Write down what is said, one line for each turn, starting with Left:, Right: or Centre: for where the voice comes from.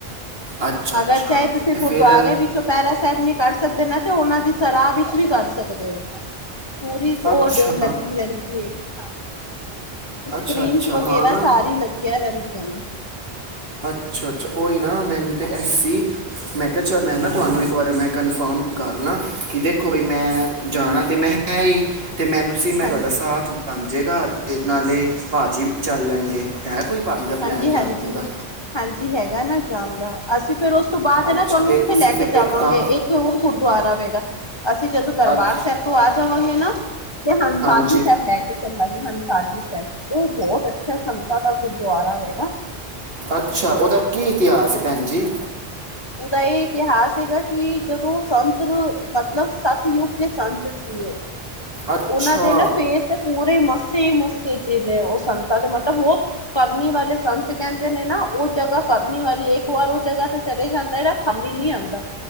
Right: ਅੱਛਾ ਅੱਛਾ
Left: ਅਗਰ ਚਾਏ ਤੁਸੀਂ
Right: ਤੇ
Left: ਗੁਰਦੁਆਰੇ
Right: ਫਿਰ
Left: ਵਿੱ ਚਪੈਰਾ ਸੈਬ ਨੀ ਕਰ ਸਕਦੇ ਨਾ ਤੇ ਓਨਾਂ ਦੀ ਸਲਾਹ ਵਿੱਚ ਵੀ ਕਰ ਸਕਦੇ। ਪੂਰੀ
Right: ਅੱਛਾ
Left: ਓਡ ਲੱਗੀ ਰੈਂਦੀ ਏ ਹਾਂਜੀ। ਸਕ੍ਰਰੀਨਸ
Right: ਅੱਛਾ ਅੱਛਾ
Left: ਵਗੈਰਾ
Right: ਹਾਂ ਨਾ
Left: ਸਾਰੀ ਲੱਗੀਆਂ ਰੈਂਦੀਆਂ ਨੇ।
Right: ਅੱਛਾ-ਅੱਛਾ ਓਈ ਨਾ ਮੈਨੂੰ ਤੇ ਐਈ ਸੀ ਮੈਂ ਕਿਆ ਚੱਲ ਮੈਂ ਨਾ ਤੁਹਾਨੂੰ ਇੱਕ ਬਾਰੇ ਮੈਂ ਕਨਫਰਮ ਕਰ ਲਾਂ ਕਿਦੇ ਕੋਈ
Left: ਹੂੰ
Right: ਮੈਂ ਜਾਣਾ ਤੇ ਮੈਂ ਹੀ ਤੇ ਮੈਨੂੰ ਸੀ ਮੈਂ
Left: ਹਾਂਜੀ
Right: ਤੁਹਾਡਾ ਸਾਥ ਬਣ ਜੇਗਾ ਤੇ ਨਾਲੇ ਭਾਅਜੀ ਵੀ ਚੱਲ ਲੈਣਗੇ। ਹੈ ਕੋਈ ਭਾਜੀ ਦਾ
Left: ਹਾਂਜੀ-ਹਾਂਜੀ-ਹਾਂਜੀ
Right: ਪਲਾਨ ਜਾਣ ਦਾ
Left: ਹੈਗਾ ਨਾ ਜਾਣ ਦਾ ਅਸੀਂ ਫੇਰ ਉਸ ਤੋਂ ਬਾਦ
Right: ਅੱਛਾ
Left: ਨਾ ਤੁਹਾਨੂੰ
Right: ਤੇ
Left: ਉੱਥੇ
Right: ਤੁਸੀਂ
Left: ਲੈ
Right: ਫਿਰ
Left: ਕੇ ਜਾਵਾਂਗੇ
Right: ਇੱਕ ਕਾਂ
Left: ਇੱਕ ਹੋਰ ਗੁਰਦੁਆਰਾ ਆਵੇਗਾ ਅਸੀਂ ਜਦੋਂ ਦਰਬਾਰ
Right: ਅੱਛ
Left: ਸੈਬ ਤੋਂ ਆ ਜਾਵਾਂਗੇ ਨਾ ਤੇ ਹੰਸਾਲੀ
Right: ਹਾਂਜੀ
Left: ਸੈਬ ਲੈ ਕੇ ਚੱਲਾਂਗੇ ਹੰਸਾਲੀ ਸੈਬ ਓ ਬੋਤ ਅੱਛਾ <unintelligible> ਤਾਂ ਦਾ ਗੁਰਦੁਆਰਾ <unintelligible> ਨਾ।
Right: ਅੱਛਾ ਓਦਾ ਕੀ ਇਤਿਹਾਸ ਏ ਭੈਣ ਜੀ?
Left: ਓਦਾ ਏ ਇਤਿਹਾਸ ਹੈਗਾ ਕੀ ਜਦੋਂ ਸੰਤ ਮਤਲਬ ਸਤਯੁਗ ਦੇ ਸੰਤ ਜੀ ਓ
Right: ਅੱਛਾ
Left: ਓਨਾਂ ਦੇ ਨਾ ਫੇਸ ਤੇ ਪੂਰੇ ਮੱਸੇ ਈ ਮੱਸੇ ਜੇੜੇ ਓ ਸੰਤਾਂ ਦੇ ਮਤਲਬ ਓ ਕਰਨੀ ਵਾਲੇ ਸੰਤ ਕੈਂਦੇ ਨੇ ਨਾ ਓ ਜਗ੍ਹਾ ਕਰਨੀ ਵਾਲੀ ਇੱਕ ਵਾਰ ਓ ਜਗ੍ਹਾ ਤੇ ਚਲੇ ਜਾਂਦੈ ਜੇੜਾ ਖਾਲੀ ਨੀ ਆਂਦਾ